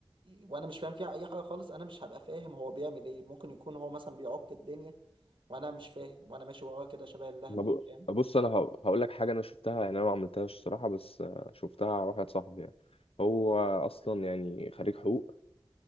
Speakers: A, on the right; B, on the left.
A: وانا مش فاهم فيها اي حاجه خالص انا مش هبقى فاهم هو بيعمل ايه ممكن يكون هو مثلا بيعك الدنيا وانا مش فاهم وانا ماشي وراه كده شبه اللهبل
B: ما ب-
A: فاهم
B: بص انا هقول لك حاجه انا شفتها يعني انا ما عملتهاش الصراحه بس آه، شفتها على واحد صاحبي يعني هو اصلا يعني خريج حقوق